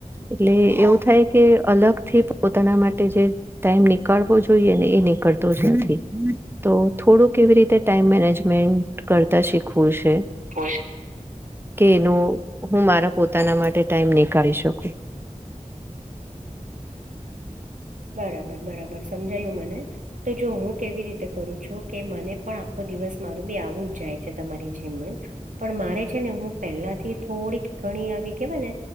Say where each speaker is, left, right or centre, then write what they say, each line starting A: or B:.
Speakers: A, on the right (about 15°); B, on the right (about 75°).
A: એટલે એવું થાય કે અલગ થી પોતાના માટે જે ટાઈમ નીકળવો જોઈએ. જોઈએ ને એ નીકળતો જ નથી. તો થોડું કેવી રીતે ટાઈમ મેનેજમેન્ટ કરતા શીખવું છે.
B: પૂછ
A: કે એનો હું મારા પોતાના માટે ટાઈમ નીકાળી શકું.
B: બરાબર બરાબર સમજાયું મને. તો જો હું કેવી રીતે કરું છું કે મને પણ આખો દિવસ મારું બી આવું જ જાય છે તમારી જેમ જ પણ મારે છે ને હું પહેલાથી થોડીક ઘણી આવી કેવાય ને